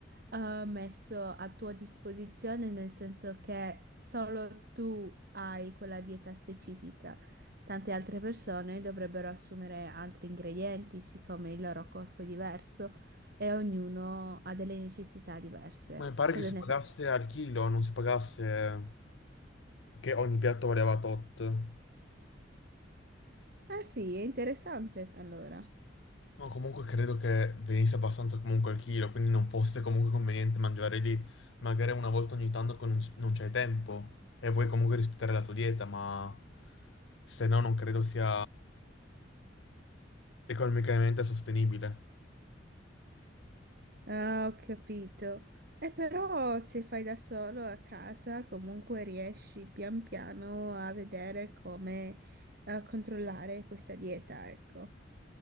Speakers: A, on the right; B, on the left.
A: eh, messo a tua disposizione, nel senso che solo tu hai quella dieta specifica. Tante altre persone dovrebbero assumere altri ingredienti, siccome il loro corpo è diverso e ognuno ha delle necessità diverse.
B: Ma mi pare
A: Cosa
B: che si
A: ne
B: pagasse
A: pensi?
B: al chilo, non si pagasse che ogni piatto valeva tot.
A: Ah sì, è interessante allora.
B: No, comunque credo che venisse abbastanza comunque al chilo, quindi non fosse comunque conveniente mangiare lì. Magari una volta ogni tanto che non c- non c'è tempo e vuoi comunque rispettare la tua dieta, ma se no non credo sia economicamente sostenibile.
A: Ah, ho capito. E però se fai da solo a casa, comunque riesci pian piano a vedere come eh, controllare questa dieta, ecco.